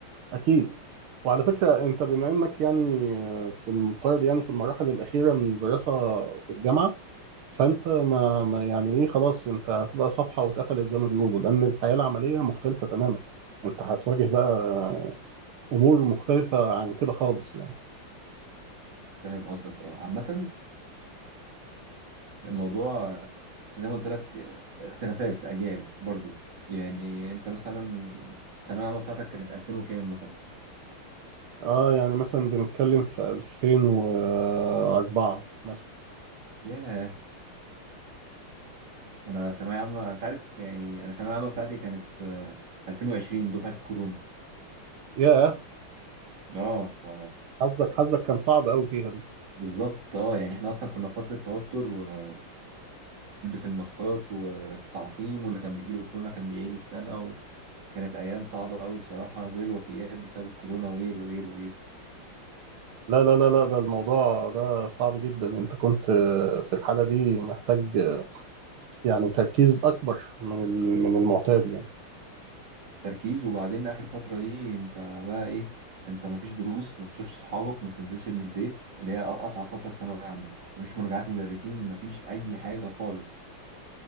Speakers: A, on the right; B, on the right.
A: أكيد وعلى فكرة أنت بما إنك يعني آه، في المفترض يعني في المراحل الأخيرة من الدراسة في الجامعة فأنت ما, ما يعني إيه خلاص أنت هتبقى صفحة واتقفلت زي ما بيقولوا لأن الحياة العملية مختلفة تماما أنت هتواجه بقى أمور مختلفة عن كده خالص يعني
B: فاهم قصدك اه عامه الموضوع زي ما قلت لك اختلافات اجيال برضو يعني انت مثلا الثانويه العامه بتاعتك كانت 2000 وكام مثلا
A: اه يعني مثلا بنتكلم في 2004 مثلا
B: ياه انا ثانويه عامه انت عارف يعني انا الثانويه العامه بتاعتي كانت آه، 2020 دفعه الكورونا
A: ياه
B: اه ف-
A: حظك حظك كان صعب قوي فيها دي
B: بالظبط اه يعني احنا اصلا كنا في فتره توتر ونلبس الماسكات والتعقيم واللي كان بيجيله كورونا كان بيعيد السنه وكانت ايام صعبه قوي بصراحه غير الوفيات بسبب الكورونا وغير وغير وغير
A: لا لا لا لا ده الموضوع ده صعب جدا انت كنت آه، في الحالة دي محتاج آه، يعني تركيز اكبر من ال- من المعتاد يعني
B: تركيز وبعدين اخر فتره دي انت بقى ايه انت مفيش دروس ما بتشوفش اصحابك ما بتنزلش من البيت اللي هي أ- اصعب فتره في ثانويه عامه مفيش مراجعات مدرسين مفيش اي حاجه خالص